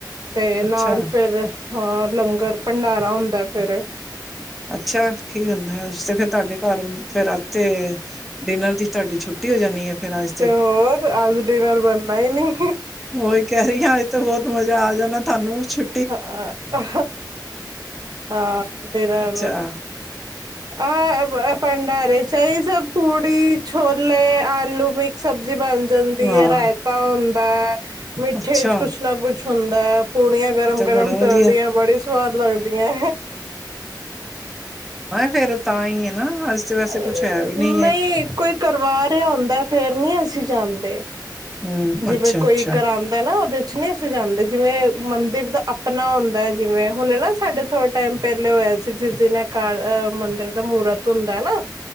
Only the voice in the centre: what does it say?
ਅੱਛਾ
ਅੱਛਾ ਕੀ ਹੁੰਦਾ ਤੇ ਫਿਰ ਤੁਹਾਡੇ ਘਰ ਤੇ ਫੇਰ ਰਾਤੇ ਏ ਦਿਨਰ ਦੀ ਤਾਡੀ ਛੁੱਟੀ ਹੋ ਜਾਂਣੀ ਹੈ ਫਿਰ ਅੱਜ ਤੇ,
ਉਹੀ ਕਹਿ ਰਹੀ ਅੱਜ ਤੇ ਬਹੁਤ ਮਜ਼ਾ ਆ ਜਾਣਾ ਤਾਨੂੰ ਛੁੰ
ਚਾਹ
ਵਾਹ
ਅੱਛਾ
ਤੇ ਬੜਾ ਵਧੀਆ
ਫਿਰ ਤਾਂ ਹੀ ਹ ਨਾ ਅੱਜ ਤੇ ਵੈਸੇ
ਕੁਛ ਹੈ ਵੀ
ਹੈ
ਹੂੰ,
ਅੱਛਾ-ਅੱਛਾ,